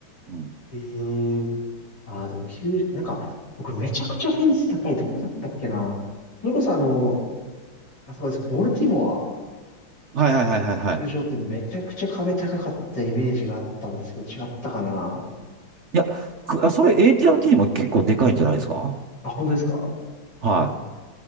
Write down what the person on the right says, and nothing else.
うん
はいはいはいはいはい。
いや、くあ、それ AT&T も結構でかいんじゃないですか
はい。